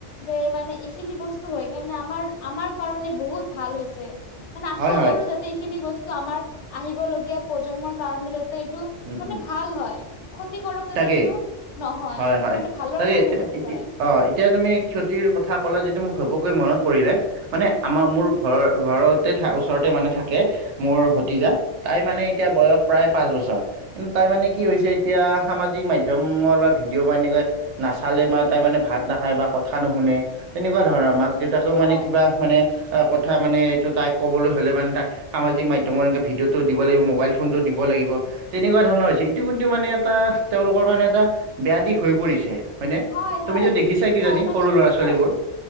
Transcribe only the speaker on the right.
হয় হয়
উম
উম
তাকেই
হয় হয়
তাকে
এতিয়া
অ এতিয়া তুমি ক্ষতিৰ কথা কললে যিটো মোক ঘপকৈ মনত পৰিলে মানে
আমাৰ মোৰ ঘৰ ঘৰতে থ ওচৰতে মানে থাকে মোৰ ভতিজা তাই মানে এতিয়া বয়স প্ৰায় পাঁচ বছৰ কিন্তু তাই মানে কি
হৈছে এতিয়া সামাজিক মাধ্যমত একদমৰ <unintelligible> বা ভিডিঅ' বনেকৈ নাচালে বা তাই মানে ভাত নাখায় বা কথা নুশুনে তেনেকুৱা ধৰণৰ মাক দেউতাকেও
মানে কিবা মানে অ কথা মানে এইটো তাই ক'বলৈ হলে মানে তাক সামাজিক মাধ্যমত এনেকে ভিডিঅ'টো দিব লাগিব মোবাইল ফোনতটো দিব লাগিব। তেনেকুৱা ধৰণৰ হৈছে ইটো কিন্তু মানে এটা তেওঁলোকৰ কাৰণে এটা বেয়া দিশ হৈ পৰিছে হয়নে
তুমি
য দেখিছা কিজানি
সৰু ল'ৰা
ছোৱালীবোৰ।